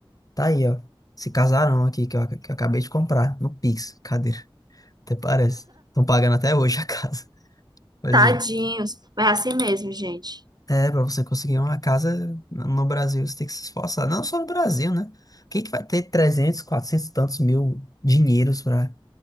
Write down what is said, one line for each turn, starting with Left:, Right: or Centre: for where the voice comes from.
Left: tá aí, ó. Esse casarão aqui que eu, que eu acabei de comprar no Pix. Cadê? Até parece. Estão pagando até hoje a casa. <laughs> Pois
Right: Tadinhos.
Left: é.
Right: Mas é assim mesmo, gente.
Left: É, pra você conseguir uma casa no Brasil, você tem que se esforçar. Não só no Brasil, né? Quem que vai ter 300, 400 e tantos mil dinheiros pra